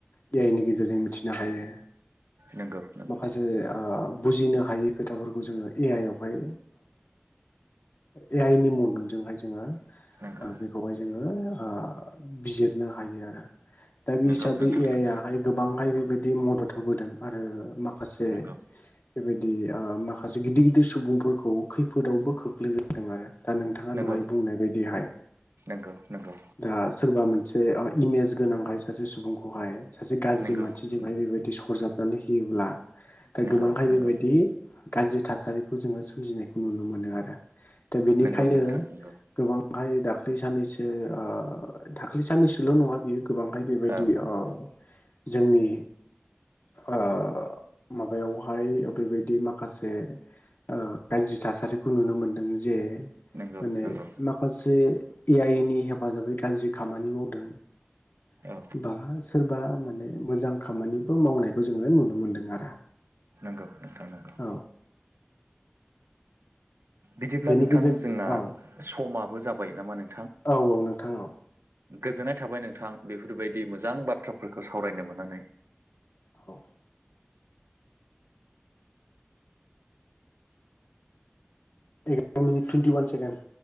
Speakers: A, on the left; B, on the right.
A: ए आइनि गेजेरजों मिथिनो हायो
B: नंगौ नंगौ
A: माखासे ओ बुजिनो हायि खोथाफोरखौ जोङो ए आइ आवहाय ए आइ नि मददजोंहाय जोङो
B: नंगौ
A: ओ बेखौहाय जोङो ओ बिजिरनो हायो आरो दा बे
B: नंगौ
A: हिसाबै
B: नोंथां
A: ए
B: नंगौ
A: आइ आहाय गोबांहाय बे बायदि मदद होबोदों आरो माखासे
B: नंगौ
A: बेबायदि ओ माखासे गिदिर गिदिर सुबुंफोरखौ खैफोदावबो खोख्लैबोदों आरो दा नोंथाङा
B: नंगौ
A: दहाय बुंनाय बायदिहाय
B: नंगौ नंगौ
A: दा सोरबा मोनसे ओ इमेल केस गोनांखाय सासे सुबुंखौहाय सासे गाज्रि
B: नंगौ
A: मानसिजोंहाय
B: नंगौ
A: बेबायदि सरजाबनानै होयोब्ला दा
B: नंगौ
A: गोबांहाय
B: नंगौ
A: बेबायदि गाज्रि थासारिखौ जोङो सोमजिनायखौ नुनो मोनो आरो दा बेनिखायनो
B: नंगौ नोंथां नंगौ
A: गोबांहाय दा दाख्लै साननैसो ओ दाख्लै साननैसोल' नङा बियो गोबांहाय बेबायदि
B: औ
A: ओ जोंनि ओ माबायावहाय बेबायदि माखासे ओ गाज्रि थासारि खौ नुनो मोनदों जे
B: नंगौ
A: माने
B: नंगौ
A: माखासे ए आइ नि हेफाजाबै गाज्रि खामानि मावदों
B: औ
A: बा सोर बा माने मोजां खामानिबो मावनायखौ जोङो नुनो मोनदों आरो
B: नंगौ नोंथां नंगौ
A: औ
B: बिदिब्ला
A: बेनि
B: नोंथां
A: गेजेरजों
B: जोंना
A: औ
B: समाबो जाबाय नामा नों
A: औ औ नोंथां औ
B: गोजोननाय थाबाय नोंथां बेफोरबायदि मोजां बाथ्राफोरखौ सावरायनो मोननानै
A: हो, एग्रर' मिनिट टुइन्टि वान सेकण्ड